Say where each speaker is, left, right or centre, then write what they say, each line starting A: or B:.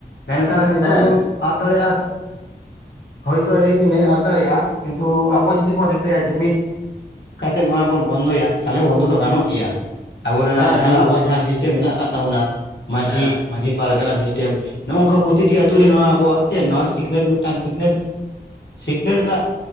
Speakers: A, on the left (about 75°); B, on the left (about 20°).
A: ᱢᱮᱱᱠᱷᱟᱱ ᱱᱤᱛᱚᱜ
B: ᱦᱮᱸ
A: ᱵᱚᱱ ᱟᱫ ᱫᱟᱲᱮᱭᱟᱜᱼᱟ᱾ ᱦᱳᱭᱛᱳ ᱞᱟᱹᱭ ᱫᱟᱹᱧ ᱢᱮ ᱟᱫ ᱫᱟᱲᱮᱭᱟᱜᱼᱟ ᱠᱤᱱᱛᱩ ᱟᱵᱚ ᱡᱩᱫᱤ ᱵᱚᱱ ᱨᱤᱠᱟᱹᱭᱟ ᱡᱩᱢᱤᱫ ᱠᱟᱛᱮᱫ ᱱᱚᱣᱟ ᱵᱚᱱ ᱵᱚᱱᱫᱚᱭᱟ ᱛᱟᱦᱚᱞᱮ ᱵᱚᱱᱫᱚ ᱫᱚ ᱜᱟᱱᱚᱜ ᱜᱮᱭᱟ᱾ ᱟᱵᱚ ᱨᱮᱱᱟᱜ
B: ᱦᱮᱸ
A: ᱡᱟᱦᱟᱸᱟ
B: ᱡᱩᱢ
A: ᱟᱵᱚᱣᱟᱜ ᱡᱟᱦᱟᱸ ᱥᱤᱥᱴᱮᱢ ᱢᱮᱱᱟᱜ ᱟᱠᱟᱫ ᱛᱟᱵᱚᱱᱟ ᱢᱟᱺᱡᱷᱤ
B: ᱦᱮᱸ
A: ᱢᱟᱺᱡᱷᱤ ᱯᱟᱨᱜᱟᱱᱟ ᱥᱤᱥᱴᱮᱢ ᱱᱚᱝᱠᱟ ᱯᱨᱚᱛᱤᱴᱤ ᱟᱛᱳ ᱨᱮ ᱱᱚᱣᱟ ᱟᱵᱚᱣᱟᱜ ᱪᱮᱫ ᱱᱚᱣᱟ ᱥᱤᱠᱷᱱᱟᱹᱛ ᱢᱤᱫᱴᱟᱝ <unintelligible> ᱥᱤᱠᱷᱱᱟ. ᱛ ᱨᱮᱱᱟᱜ